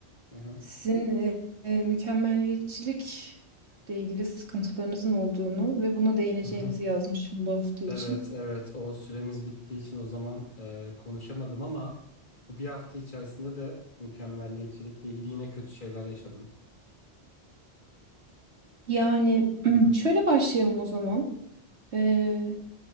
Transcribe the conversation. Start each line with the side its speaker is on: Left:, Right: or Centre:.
Left: Hı hı,
Right: sizin e, e, mükemmeliyetçilikle ilgili sıkıntılarınızın olduğunu ve buna değineceğimizi
Left: hı hı.
Right: yazmışım bu hafta için.
Left: Evet, evet. O süremiz bittiği için o zaman eee, konuşamadım ama bu bir hafta içerisinde de mükemmelliyetçilikle ilgili yine kötü şeyler yaşadım.
Right: Yani <clears throat>
Left: Hı hı.
Right: şöyle başlayalım o zaman. Ee,